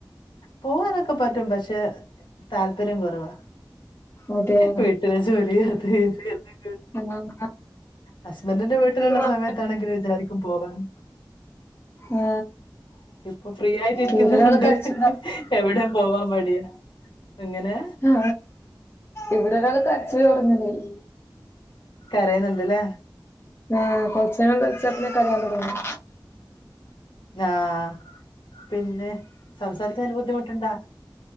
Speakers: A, on the left; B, on the left.
A: പോവാത ഇപ്പ പറ്റും പക്ഷെ താല്പര്യം കുറവാ
B: അതെയോ
A: വി ട്ട് പോയ ജോലി അത് <inaudible>
B: ആഹ്
A: ഹസ്ബൻഡിന്റെ വീട്ടില്ള്ള
B: വാങ്ങാ
A: സമയത്താണെങ്കിൽ വിചാരിക്കും പോവാന്ന്
B: ആ
A: ഇപ്പം ഫ്രീ ആയിട്ടിരിക്കുന്ന
B: ഇവിടെ ഒരാള്
A: കൊണ്ട്
B: കരച്ചിലാ
A: എവിടെം പോവാൻ മടിയാ എങ്ങനെ
B: ഹാ ഇവിടെ ഒരാള് കരച്ചില് തൊടങ്ങാനായി
A: കരയുന്നുണ്ട്ല്ലേ
B: ആഹ് കൊറച്ച് നേരം കളിച്ച പിന്നെ കരയാൻ തൊടങ്ങും
A: ആഹ് പിന്നെ സംസാരിക്കാൻ ബുദ്ധിമുട്ടുണ്ടാ